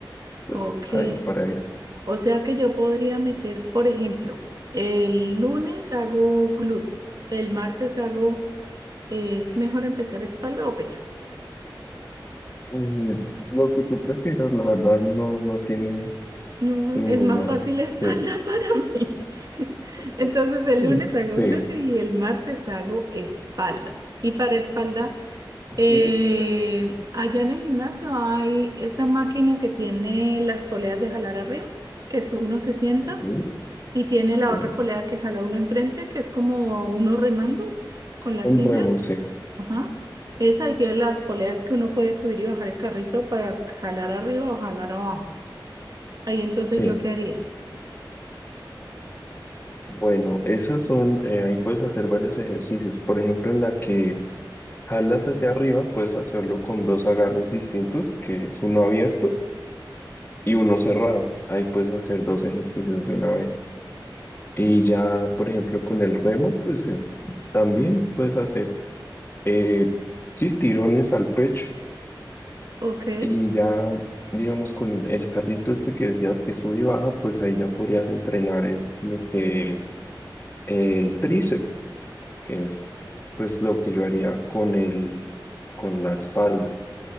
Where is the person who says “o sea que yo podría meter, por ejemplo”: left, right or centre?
Right